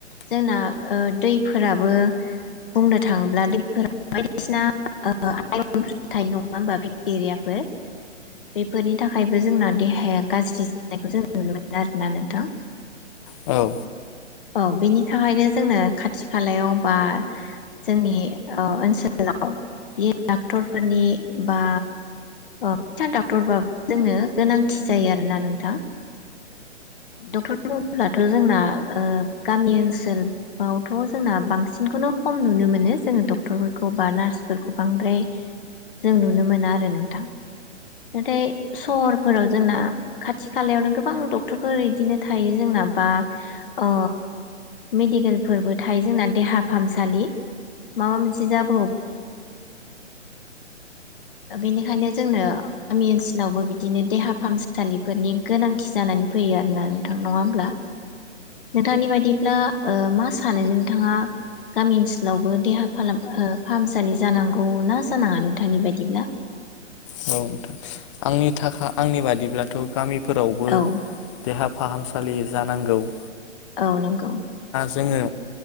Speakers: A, on the left; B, on the left.
A: जोंना ओ दैफोराबो बुंनो थाङोब्ला दैफोरा बायदिसिना आइरनफोर थायो नङा होमबा बेक्टेरियाफोर बेफोरनि थाखायबो जोंना देहाया गाज्रि जानायखौ जों नुनो मोनो आरोना नोंथां
B: औ
A: औ बेनि थाखायनो जोंनो खाथि खालायाव बा जोंनि ओ ओनसोलाव बे डाक्टरफोरनि बा फिसा डक्टरबाबो जोंनो गोनांथि जायो आरोना नोंथां <inaudible> दा जोंना ओ गामि ओनसोलावथ जोंना बांसिनखौनो खम नुनो मोनो जोङो द टरफोरखौ बा नार्सफोरखौ बांद्राय जों नुनो मोना आरो नोंथां नाथाय सहरफोराव जोंना खाथि खालायावनो गोबां डक्टरफोर इदिनो थायो जोंना बा अ मेडिकेलफोरबो थायो जोंना देहा फाहामसालि माबा मोनसे जा बेनिखायनो जोंनो गामि ओनसोलावबो बिदि बिदिनो देहा फाहामसालिफोरनि गोनांथि जानानै फैयो आरोना गोथां नङा होमब्ला नोंथांनि बायदिब्ला ओ मास सानो नोंथाङा गामि ओनसोलावबो देहा फालाम ओ फाहामसालि जानांगौ ना जानाङा नोंथांनि बायदिब्ला
B: <unintelligible> फोरावबो
A: औ
B: देहा फाहामसालि जानांगो <inaudible>
A: औ नोंगौ
B: जोङो